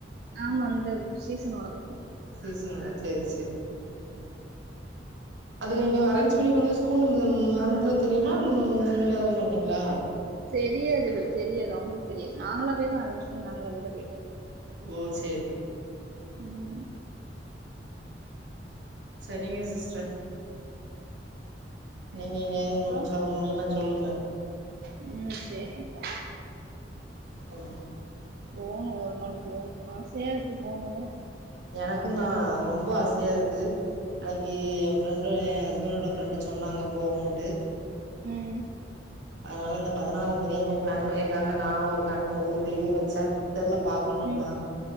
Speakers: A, on the right; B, on the right.
A: ஆமா இந்த சீசனோடதான் போனோ
B: சீசனோட சேரி சேரி அது நீங்க அரேஞ்ச் பண்ணி போனது ஸ்கூல்ல இருந்த மேம்க்கலாம் தெரியுமா இல்ல நீங்களாத போனீங்களா
A: தெரியாது தெரியாது அவுங்களுக்கு தெரியாது நாங்களாவேதான் அரேஞ்ச் பண்ணி நாங்களாவேதா போயிட்டு வந்தோ
B: ஓ சேரி
A: உம்
B: சரிங்க சிஸ்டர் நீங்க இங்கேயாது
A: உனக்கா
B: இனிமே குற்றாலோ போனீங்கனா சொல்லுங்க
A: ம் சேரிங்க்கா
B: ஆ
A: போணு ஒரு நாள் போணு ஆசையா இருக்கு போணூனு
B: எனக்கும்தா ரொம்ப ஆசயா இருக்கு அன்னக்கி ஏ ஃப்ரெண்டு ஹஸ் இவனோட ஃப்ரெண்டு சொன்னாங்க போவோன்ட்டு
A: ம்
B: அதனால இந்த பதனாறா தேதி என்னமோ ப்ளான் பண்ணிருக்காங்க நா ஒரு கண் முழு லீவ் வச்சே தெர்ல பாக்கணுனா
A: ம்